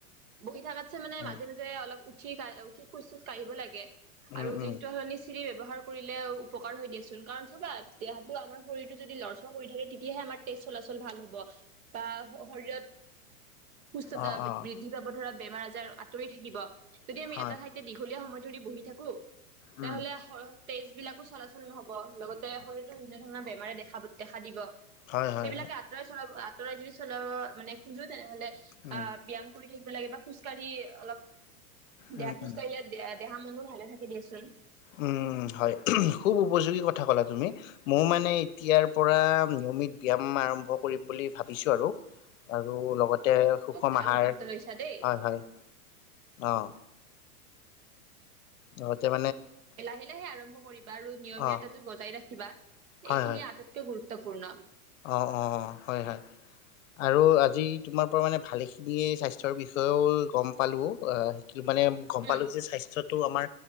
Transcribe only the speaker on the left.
উম
উম
উম
অ অ
হয়
উম
হয় হয়
হয়
উম
উম
উম
উম', -হয় খুব উপযোগী কথা কলা তুমি মই মানে এতিয়াৰ পৰা নিয়মিত ব্যায়াম আৰম্ভ কৰিম বুলি ভাবিছো আৰু', - আৰু লগতে সুষম
আহাৰ
হয়-হয়- অ', অতি, <unintelligible>
অ
হয়
হয়
অ', - অ', -হয়-হয় আৰু আজি তোমাৰ পৰা মানে ভালেখিনিয়ে স্বাস্থ্যৰ বিষয়েও গম পালো অ', কি মানে গম
পালো যে স্বাস্থ্যটো আমাৰ,